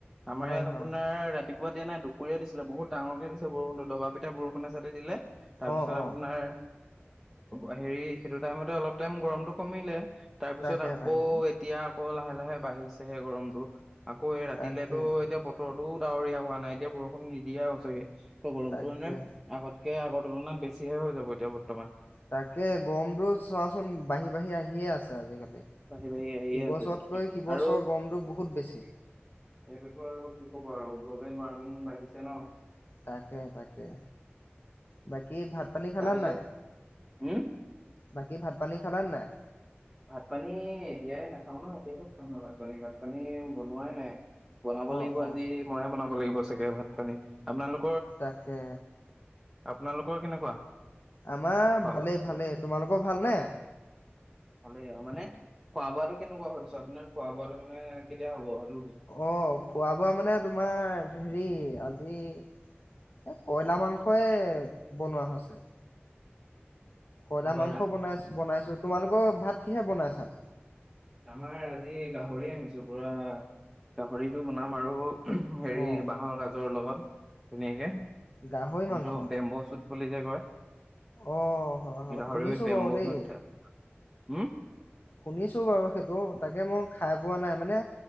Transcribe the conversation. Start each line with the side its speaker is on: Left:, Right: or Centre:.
Centre: আমাৰ
Left: হয়
Centre: ইয়াত আপোনাৰ
Left: হয়
Centre: ৰাতিপুৱা ৰাতিপুৱা দিয়া নাই দুুপৰীয়া দিছিলে বহুত ডাঙৰকে দিছে বৰষুনটো দবাপিতা বৰষুণ এচাটি দিলে তাৰপিছত
Left: অ অ
Centre: আপোনাৰ এ হেৰি সেইটো টাইমতে অলপ টাইম গৰমটো কমিলে তাৰ পিছত
Left: তাকে
Centre: আকৌ
Left: তাকে
Centre: এতিয়া আকৌ লাহে লাহে বাঢ়িছে হে গৰমটো আকৌ এই ৰাতিলেতো
Left: তাকে
Centre: এতিয়া বতৰত টো ডাৱৰীয়া হোৱা নাই এতিয়া বৰষুণ নিদিয়ে আৰু ছাগে গৰমটো
Left: তাকে
Centre: মানে আগতকে আগৰ তুলনাত বেছিহে হৈ যাব এতিয়া বৰ্তমান
Left: তাকে গৰমটো চোৱাচোন বাঢ়ি বাঢ়ি আহিয়ে আছে আজিকালি
Centre: বাঢ়ি বাঢ়ি আহিয়ে
Left: ইবছৰতকৈ
Centre: আছে
Left: সিবছৰ
Centre: আৰু এইটোতো
Left: গৰমটো বহুত বেছি
Centre: আৰু কি কব আৰু গ্ল'বেল ৱাৰ্মিং বাঢ়িছে ন।
Left: তাকে তাকে বাক কী ভাত পানী খালা
Centre: তাৰপিছত
Left: নাই।
Centre: উম?
Left: বাকী ভাত পানী খালা নাই।
Centre: ভাত পানী এতিয়াই নাখাওঁ ন ৰাতি একম খাওঁ ন ভাত পানী ভাত পানী বনোৱাই নাই। বনাব লাগিব
Left: অ
Centre: আজি
Left: অ
Centre: ময়ে বনাব লাগিব চাগে ভাত পানী আপোনালোক
Left: তাকে
Centre: আপোনালোকৰ কেনেকুৱা?
Left: আমাৰ
Centre: খোৱা
Left: ভালেই
Centre: বোৱা?
Left: ভালেই তোমালোকৰ ভালনে?
Centre: ভালেই আৰু মানে খোৱা বোৱাটো কেনেকুৱা কৰিছো আপোনাৰ খোৱা বোৱাটো মানে কেতিয়া হ'ব? সেইটো
Left: অ খোৱা বোৱা মানে তোমাৰ হেৰি আজি এই কইলা মাংসই বনোৱা হৈছে। কইলা
Centre: ব্ৰইলাৰ
Left: মাংস বনাইছো বনাইছো। তোমালোকৰ ভাত কিহে বনাইছা?
Centre: আমাৰ আজি গাহৰি আনিছো পুৰা গাহৰিতটো বনাম আৰু হেৰি
Left: অ
Centre: বাঁহৰ গাজৰ লগত। ধুনীয়াকে। সেইটো
Left: গাহৰি মাংস
Centre: বেম্বো চুত বুলি যে কয়।
Left: অ হয় হয়
Centre: গাহৰিত
Left: শুনিছো
Centre: বেম্ব
Left: বাৰু দেই
Centre: চুট হম?
Left: শুনিছো বাৰু। সেইটো তাকে মোক খাই পোৱা নাই মানে